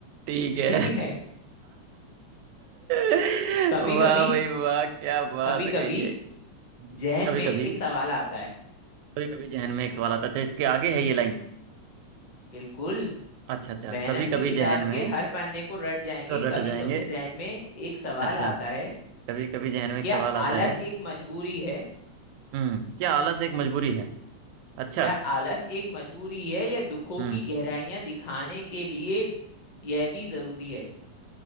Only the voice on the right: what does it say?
ठीक
है
वाह
भाई वाह क्या बात
कही है कहिए
कभी
कभी
कभी कभी जहन में एक सवाल आता अच्छा इसके आगे है ये लाइन
अच्छा अच्छा
कभी कभी
जहन में
तो रट
जाएंगे
अच्छा
कभी कभी जहन में एक
सवाल आता
है
हम्म क्या आलस एक मजबूरी है अच्छा
हम्म